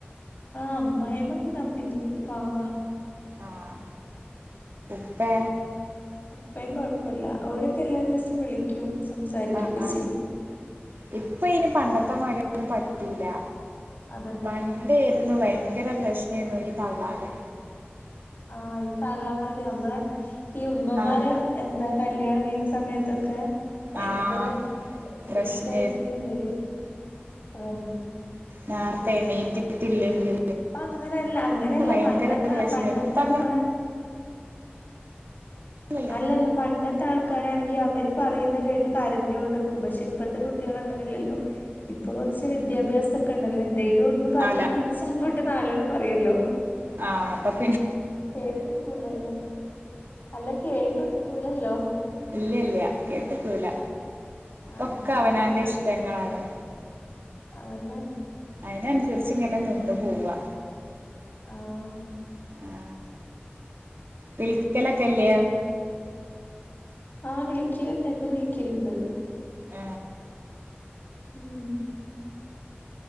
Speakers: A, on the left; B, on the right.
A: അമ്മായിയമ്മയൊക്കെ കമ്പനിയുണ്ട്. പാവവാ
B: ആഹ് ഇപ്പോ
A: ഉപ്പയും കുഴപ്പില്ല. അവരൊക്കെ എല്ലാ ദിവസവും വിളിക്കും സംസാരിക്കുവൊക്കെ
B: ആ ആ
A: ചെയ്യും
B: ഇപ്പ ഇ പണ്ട ത്തമാതി ഒന്നും പറ്റുല്ല
A: അതന്നെ
B: പണ്ടെയിരുന്നു ഭയങ്കര പ്രശ്ന നീൻ <unintelligible> ഇ തള്ളാര്
A: ആ ഈ തള്ളമാര് നമ്മളെ ഈ ഉമ്മമാരെ
B: ആഹ്
A: എന്താ കല്യാണം കഴിഞ്ഞ സമയത്തൊ ഭയങ്കര
B: ആഹ്
A: സെറ്റായ്ട്ട്
B: പ്രശ്നേര്ന്നു
A: ഒര് അതന്നെ
B: ന്നാർത്തെ എണീറ്റ് െ <unintelligible> ങ്കേ
A: ഇപ്പ അങ്ങനെയല്ല അങ്ങനെയല്ല
B: ഭയങ്കര
A: പണ്ടത്തെ
B: പ്രശ്നം
A: പണ്ടത്തെ
B: ഇപ് <unintelligible> അങ്ങനെ
A: നമ്മളെ
B: അങ്ങനൊന്നുല്ല
A: അല്ലല്ല പണ്ടത്തെ ആൾ ക്കാനാണെങ്കി അവര് പറയുന്ന കേട്ട് കരഞ്ഞുകൊണ്ട്ക്കും പക്ഷെ ഇപ്പത്തെ കുട്ടികള് അങ്ങനെല്ലേല്ലോ ഇപ്പൊ കൊ ച്ച് വിദ്യാഭ്യാസ ക്കെ ഉണ്ടല്ലേ എന്തേലോന്ന് പറഞ്ഞാ
B: അല്ല
A: തിരിച്ച അങ്ങോട്ട് നാലണ്ണം പറയല്ലോ
B: ആ പം
A: കേട്ട് കൂലല്ലോ അല്ല കേട്ട് നികൂലല്ലോ
B: ഇല്ല്യെല്ല്യെ കെട്ട്ക്കുല
A: ആഹ്
B: ഒക്കെ
A: അതന്നെ
B: അവനാന്റെ ഇഷ്ടങ്ങ ആണ്
A: അതന്നെ
B: അയ്നന്സര്ച്ച് ങ്ങനെ നിന്നു പോവാ
A: ആഹ്
B: ആ വിളിക്കലൊക്കെല്ലേ
A: ആ വിളിക്കല്ണ്ട് എന്നും വിളിക്കല്ണ്ട്
B: ആ
A: ഉം